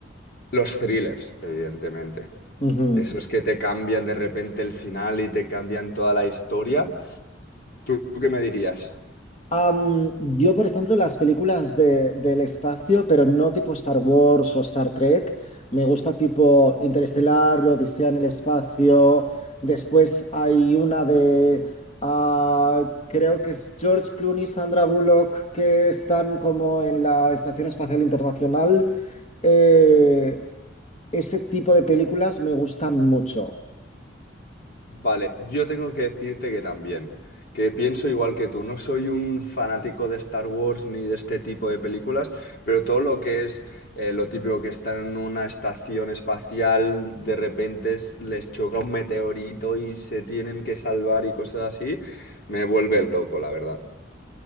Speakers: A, on the left; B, on the left.
A: los thrillers, evidentemente.
B: Ujú.
A: Esos que te cambian de repente el final y te cambian toda la historia. ¿Tú, tú qué me dirías?
B: Am, yo, por ejemplo, las películas de- del espacio, pero no tipo Star Wars o Star Trek, me gusta tipo Interestelar, Odisea en el espacio. Después hay una de, ah, creo que es George Clooney, Sandra Bullock, que están como en la Estación Espacial Internacional. Eh, ese tipo de películas me gustan mucho.
A: Vale, yo tengo que decirte que también, que pienso igual que tú, no soy un fanático de Star Wars ni de este tipo de películas, pero todo lo que es eh, lo típico que están en una estación espacial, de repente es- les choca un meteorito y se tienen que salvar y cosas así, me vuelve loco, la verdad.